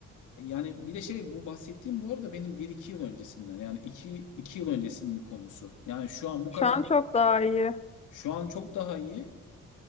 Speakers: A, on the left; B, on the left.
A: Yani bir de şey bu bahsettiğim bu arada benim bir iki yıl öncesinden yani iki iki yıl öncesinin konusu. Yani şu an bu
B: Şu
A: kadar
B: an çok daha iyi.
A: şu an çok daha iyi.